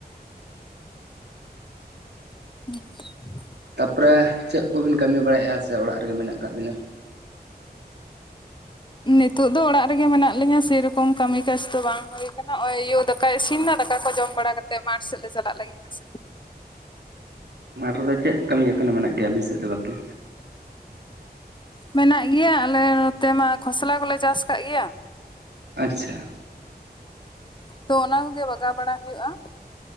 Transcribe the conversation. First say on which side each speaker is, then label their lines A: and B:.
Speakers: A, on the left; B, on the right.
A: <unintelligible>
B: ᱛᱟᱯᱚᱨᱮ, ᱪᱮᱫ ᱠᱚᱵᱤᱱ ᱠᱟᱹᱢᱤ ᱵᱟᱲᱟᱭᱮᱫᱼᱟ ᱥᱮ ᱚᱲᱟᱜ ᱨᱮᱜᱮ ᱢᱮᱱᱟᱜ ᱟᱠᱟᱫ ᱵᱤᱱᱟ?
A: ᱱᱤᱛᱚᱜ ᱫᱚ ᱚᱲᱟᱜ ᱨᱮᱜᱮ ᱢᱮᱱᱟᱜ ᱞᱤᱧᱟᱹ ᱥᱮᱨᱚᱠᱚᱢ ᱠᱟᱹᱢᱤ ᱠᱟᱡᱽ ᱫᱚ ᱵᱟᱝ ᱦᱩᱭ ᱟᱠᱟᱱᱟ ᱾ <inaudible> ᱫᱟᱠᱟᱭ ᱤᱥᱤᱱ ᱱᱟ ᱫᱟᱠᱟ ᱠᱚ ᱡᱚᱢ ᱵᱟᱲᱟ ᱠᱟᱛᱮᱫ ᱢᱟᱴᱷ ᱥᱮᱫ ᱞᱮ ᱪᱟᱞᱟᱜ ᱞᱟᱹᱜᱤᱫ ᱾ ᱱᱟᱥᱮ ᱫᱚ
B: ᱢᱟᱴᱷ ᱨᱮᱫᱚ ᱪᱮᱫ ᱠᱟᱹᱢᱤ ᱮᱠᱷᱱᱳ ᱢᱮᱱᱟᱜ ᱜᱮᱭᱟ ᱟᱹᱵᱤᱱ ᱥᱮᱫ ᱫᱚ ᱵᱟᱹᱠᱤ?
A: ᱢᱮᱱᱟᱜ ᱜᱮᱭᱟ ᱟᱞᱮ ᱱᱚᱛᱮ ᱢᱟ, ᱠᱷᱚᱥᱞᱟ ᱠᱚᱞᱮ ᱪᱟᱥ ᱟᱠᱟᱫ ᱜᱮᱭᱟ ᱾
B: ᱟᱪᱪᱷᱟ ᱾
A: ᱛᱚ ᱚᱱᱟ ᱠᱚᱜᱮ ᱵᱟᱜᱟᱣ ᱵᱟᱲᱟ ᱦᱩᱭᱩᱜ-ᱟ ᱾